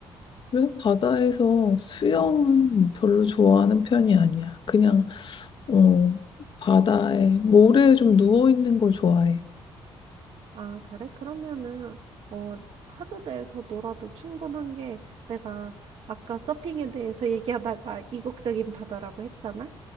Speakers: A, on the left; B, on the right.
A: 그래서 바다에서 수영은 별로 좋아하는 편이 아니야. 그냥, 어, 바다에, 모래에 좀 누워있는 걸 좋아해.
B: 아, 그래? 그러면은, 어, 하루 내에서 놀아도 충분한 게 내가 아까 서핑에 대해서 <laughs> 얘기하다가 이국적인 바다라고 했잖아?